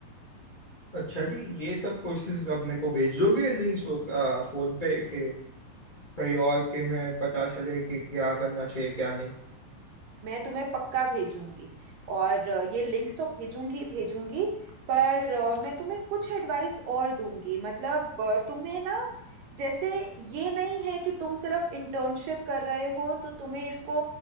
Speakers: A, on the left; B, on the right.
A: अच्छा जी ये सब कोर्सेज आप मेरे को भेज दोगे लिंक्स वो फोन पे के कहीं और के मैं पता चले कि क्या करना चाहिए क्या नहीं
B: मैं तुम्हें पक्का भेजूंगी और अ, ये लिंक्स तो भेजूंगी ही भेजूंगी पर अ, मैं तुम्हें कुछ एडवाइस और दूंगी मतलब अ, तुम्हें ना जैसे ये नहीं है कि तुम सिर्फ इंटर्नशिप कर रहे हो तो तुम्हें इसको